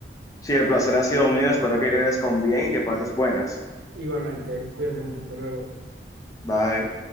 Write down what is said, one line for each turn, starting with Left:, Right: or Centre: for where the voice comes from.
Left: Si el placer ha sido mío, espero que quedes con bien y que pases buenas.
Right: Igualmente, cuídate mucho, hasta luego.
Left: Bye.